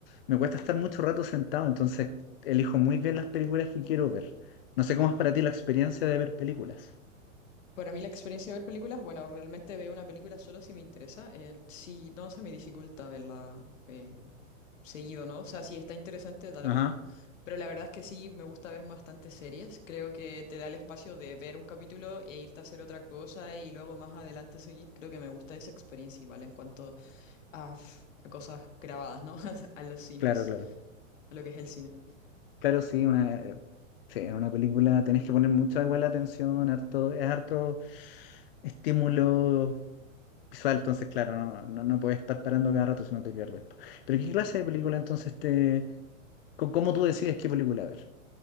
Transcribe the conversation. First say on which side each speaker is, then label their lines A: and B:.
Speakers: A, on the left (about 45°); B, on the left (about 65°).
A: Me cuesta estar mucho rato sentado, entonces elijo muy bien las películas que quiero ver. No sé cómo es para ti la experiencia de ver películas.
B: Para mí la experiencia de ver películas, bueno, realmente veo una película solo si me interesa. eh, si no, se me dificulta verla eh, seguido, ¿no? O sea, si está interesante, da
A: Ajá,
B: lo mismo. Pero la verdad es que sí, me gusta ver bastantes series. Creo que te da el espacio de ver un capítulo e irte a hacer otra cosa y luego más adelante seguir. Creo que me gusta esa experiencia igual en cuanto a, f- a cosas grabadas, ¿no? <laughs> A los cines,
A: claro, claro.
B: a lo que es el cine.
A: Claro, sí, una, eh, sí, en una película tenés que poner mucha igual atención, harto, es harto estímulo visual, entonces claro, no, no, no puedes estar parando cada rato si no te pierdes. Pero ¿qué clase de película entonces te... co- ¿Cómo tú decides qué película ver?